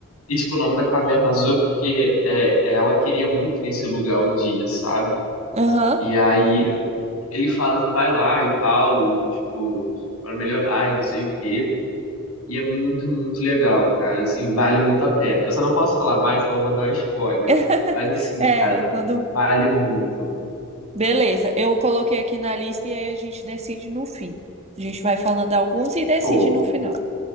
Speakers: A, on the left; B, on the right.
A: E tipo, o nome da Caverna Azul é porque é, ela queria muito ir nesse lugar um dia, sabe?
B: Aham.
A: E aí ele fala que vai lá e tal, tipo, pra melhorar e não sei o quê. E é muito, muito legal, cara. Assim, vale muito a pena. Eu só não posso falar mais, então eu vou dar um spoiler.
B: <laughs>
A: Mas assim,
B: É,
A: cara,
B: quando.
A: vale muito.
B: Beleza, eu coloquei aqui na lista e aí a gente decide no fim. A gente vai falando alguns e decide
A: Show.
B: no final.